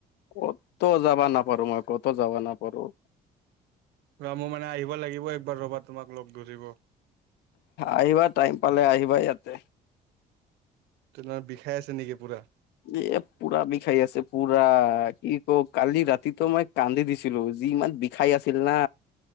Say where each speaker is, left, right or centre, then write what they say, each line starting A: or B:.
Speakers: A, on the left; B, on the right.
A: ক'তো যাব নাপাৰো মই, ক'তো যাব নাপাৰো।
B: ৰ মোৰ মানে আহিব লাগিব, একবাৰ ৰ'বা তোমাক লগ ধৰিব।
A: আহিবা, টাইম পালে আহিবা ইয়াতে।
B: তোমাৰ বিষাই আছে নেকি পুৰা?
A: এ পুৰাবিষাই আছে পুৰা কি ক কালি ৰাতিতো মই কান্দি দিছিলো যি ইমান বিষাই আছিল না।